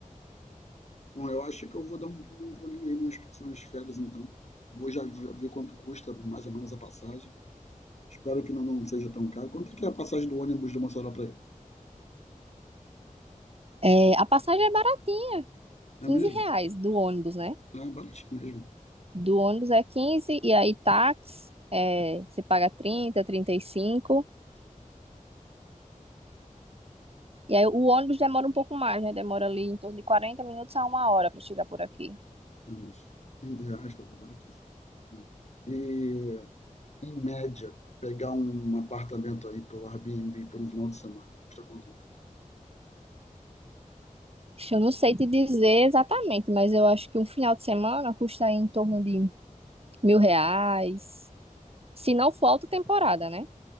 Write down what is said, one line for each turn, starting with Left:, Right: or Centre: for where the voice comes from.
Left: Bom, eu acho que eu vou dar um, um pulinho aí nas próximas férias, então. Vou já ver, ver quanto custa mais ou menos a passagem. Espero que não, não seja tão caro. Quanto é que é a passagem do ônibus de Mossoró para aí?
Right: É, a passagem é baratinha, 15
Left: É mesmo?
Right: reais do ônibus, né?
Left: É baratinho mesmo.
Right: Do ônibus é 15 e aí táxi é, você paga trinta, trinta E cinco. E aí o ônibus demora um pouco mais, né? Demora ali em torno de 40 minutos a uma hora para chegar por aqui.
Left: É, mas 15 reais, tá baratíssimo, né? E em média, pegar um apartamento aí pelo Airbnb por um final de semana, custa quanto em média?
Right: Eu não sei te dizer exatamente, mas eu acho que um final de semana custa em torno de mil reais. Se não for alta temporada, né?